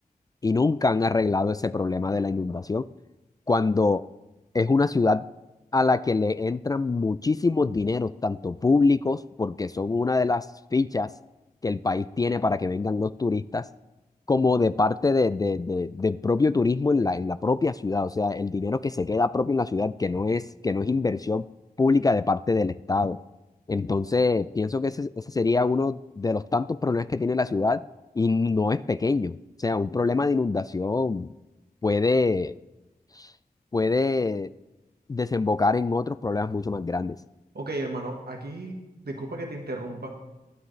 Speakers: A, on the left (about 25°); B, on the right (about 80°).
A: y nunca han arreglado ese problema de la inundación cuando es una ciudad a la que le entran muchísimos dineros, tanto públicos, porque son una de las fichas que el país tiene para que vengan los turistas, como de parte de, de- de- del propio turismo en la, en la propia ciudad, o sea, el dinero que se queda propio en la ciudad, que no es, que no es inversión pública de parte del Estado. Entonces, pienso que ese, ese sería uno de los tantos problemas que tiene la ciudad y no es pequeño. O sea, un problema de inundación puede, puede desembocar en otros problemas mucho más grandes.
B: Ok, hermano, aquí disculpa que te interrumpa,